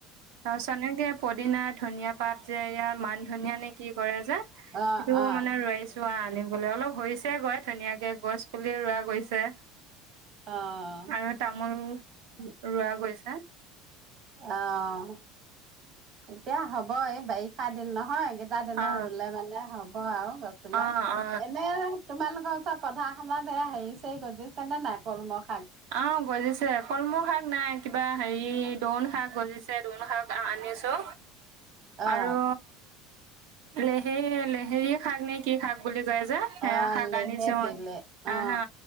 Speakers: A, on the right; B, on the right.
A: অ চানেকে প। দিনা ধনিয়া পাত যে ইয়াৰ মান ধনিয় নে কি কৰে। যে সেইটো
B: অ অ
A: মানে ৰৱছোৱা আনি। বলে অলপ হৈছে গৈ ধুনীয়াকে গছ পুলি ৰোৱা গৈছে।
B: অঁ
A: আৰু তামোল ৰোৱা গৈছে
B: অঁ। এতিয়া হ'ব এই বাৰিষা দিন নহয়। কেইটা দিনৰ
A: অ
B: ৰুলে মানে হ'ব আৰু গছ বিলাক
A: অ অ
B: এনে তোমালোক। গ ওচা পঢা শনা দেয়া হেৰি চৰি গজিছে নে নাই? কলমাক।
A: অ গজিছে কলমূ খাই। নাই কিবা হেৰি দন শাক গজিছে। দুোন শাক আনিছো
B: অ
A: আৰু। লেহে লেহেৰিয় শাক নে কি শাক বুলি। ক যে সেয়া
B: অ
A: শাক
B: লেহেতিলে
A: আনিছো
B: অ
A: আহা